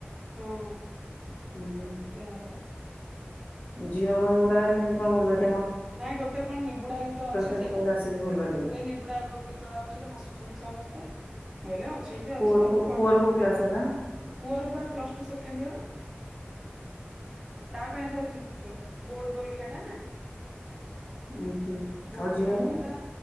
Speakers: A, on the right; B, on the left.
A: ହଁ
B: ହୁଁ
A: ସେଇଆ ପରା
B: ଝିଅ ବହି ଗୁଡ଼ାକରେ କିନ୍ତି କଣ ଭୁଲ୍ ବାହାରି
A: ନାଇଁ ଗୋଟେ କଣ ନିବୁଡା ଗୀତ ଅଛି
B: ଶ୍ରେଣୀ
A: ଯେ
B: ବହିରେ
A: ସେଇ
B: ଆସିଛି ଭୁଲ ବାଟିଆ।
A: ନିବୁଡା ଗୀତଟା କୁ ଖାଲି ହସୁଛନ୍ତି ସମସ୍ତେ ବୋଇଲା ଆଉ ସେବି
B: ପୁଅର
A: ଅଛି ତାକୁ
B: କୋ
A: ପଠ
B: ପୁଅର କୋଉ କ୍ଲାସ ହେଲା?
A: ପୁଅ ର ପା ପ୍ଲଶ୍ ଟୁ ସେକେଣ୍ଡଇୟର୍। ତା ପାଇଁ ଭାରି ଚିନ୍ତିତ ବୋର୍ଡ ପରୀକ୍ଷା ଟା ନା
B: ଉଁ ହୁଁ
A: ବୋର୍ଡ
B: ଆଉ ଝିଅର?
A: ପରୀକ୍ଷା ଟା